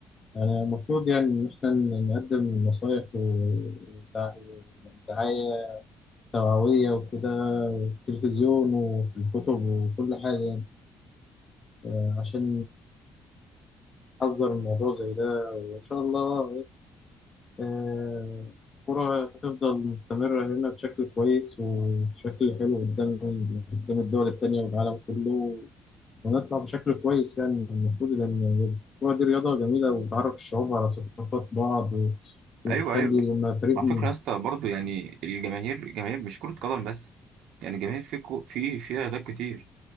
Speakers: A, on the left; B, on the right.
A: يعني المفروض يعني إن إحنا نقدم نصايح ودع- ودعاية توعوية وكده وفي التلفزيون وفي الكتب وكل حاجة يعني آه، عشان نحذر من موضوع زي ده وإن شاء الله آه، الكرة هتفضل مستمرة هنا بشكل كويس وبشكل حلو قدام قدام الدول التانية والعالم كله ونطلع بشكل كويس يعني المفروض لأن الكورة دي رياضة جميلة وبتعرف الشعوب على ثقافات بعض وبتخلي
B: ايوه ايوه بس
A: لما فريق
B: على
A: م-
B: فكره يا اسطى برضه يعني الجماهير الجماهير مش كره قدم بس يعني الجماهير في كو في فيها رياضات كتير